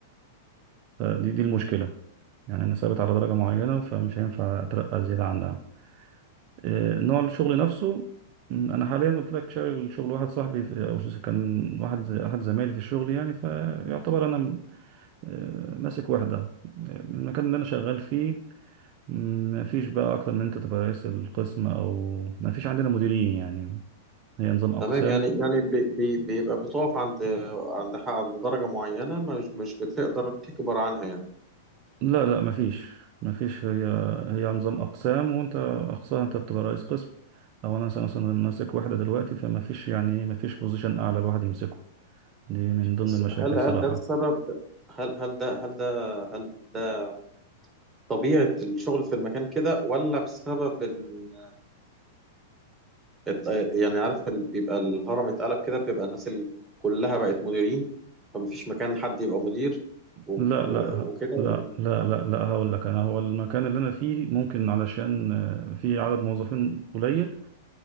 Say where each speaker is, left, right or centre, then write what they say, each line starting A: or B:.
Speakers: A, on the right; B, on the right.
A: فدي دي المشكلة يعني أنا ثابت على درجة معينة فمش هينفع أترقى زيادة عنها آه، نوع الشغل نفسه م، انا حاليا قلت لك شغل شغل واحد صاحبي في- آه، او ش- كان واحد ز- احد زمايلي في الشغل يعني فيعتبر انا م، آه، ماسك واحده آه، المكان اللي انا شغال فيه ما فيش بقى اكتر من انت تبقى رئيس القسم او ما فيش عندنا مديرين يعني هي نظام اقسام
B: تمام يعني يعني بي- بي- بيبقى بتقف عند عند ح- عند درجة معينة مش مش بتقدر تكبر عنها يعني
A: لا لا ما فيش ما فيش هي هي نظام اقسام وانت اقسام انت بتبقى رئيس قسم او انا مثلا مثلاً ماسك واحده دلوقتي فما فيش يعني ما فيش بوزيشن اعلى الواحد يمسكه دي من ضمن
B: بس
A: المشاكل
B: هل هل
A: صراحه
B: ده بسبب هل هل ده هل ده هل ده طبيعة الشغل في المكان كده ولا بسبب إن الت- يعني عارف ال- بيبقى الهرم اتقلب كده بيبقى الناس ال- كلها بقت مديرين فمفيش مكان حد يبقى مدير و-
A: لا
B: و-
A: لا ه-
B: وكده
A: لا
B: ولا
A: لا لا
B: إيه؟
A: لا هقول لك انا هو المكان اللي انا فيه ممكن علشان آه، في عدد موظفين قليل